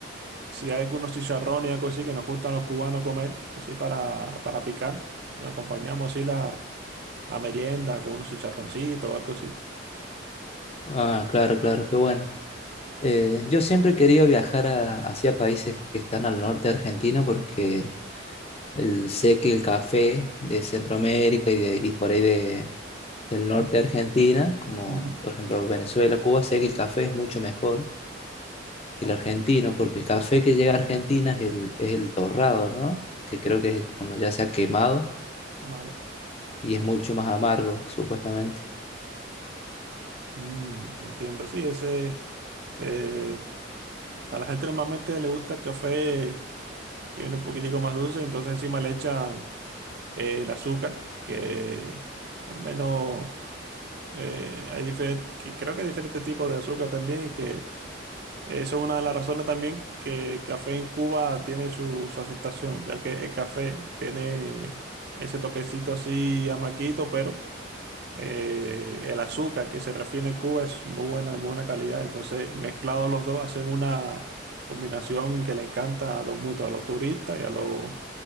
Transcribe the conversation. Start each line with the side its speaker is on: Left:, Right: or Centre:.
Right: si hay algunos chicharrones y algo así que nos gustan los cubanos comer, así para, para picar, nos acompañamos así la, la merienda con unos chicharroncitos o algo así.
Left: Ah, claro, claro, qué bueno. Eh, yo siempre he querido viajar a- hacia países que están al norte de Argentina porque el, sé que el café de Centroamérica y, de, y por ahí de, del norte
Right: Mm,
Left: de Argentina, como
Right: ujú,
Left: por ejemplo Venezuela, Cuba, sé que el café es mucho mejor que el argentino porque el café que llega a Argentina es el, es el torrado, ¿no? Que creo que es cuando ya se ha quemado
Right: Vale,
Left: y es mucho más amargo, supuestamente.
Right: Mm, entiendo, sí, ese... eh, a la gente normalmente le gusta el café que viene un poquitico más dulce, entonces encima le echan eh, el azúcar, que al menos eh, hay diferentes, creo que hay diferentes tipos de azúcar también y que eso es una de las razones también que el café en Cuba tiene su, su aceptación, ya que el café tiene ese toquecito así amaquito, pero eh, el azúcar que se refiere en Cuba es muy buena, muy buena calidad, entonces mezclados los dos hacen una combinación que le encanta a dos mutuos, a los turistas y a los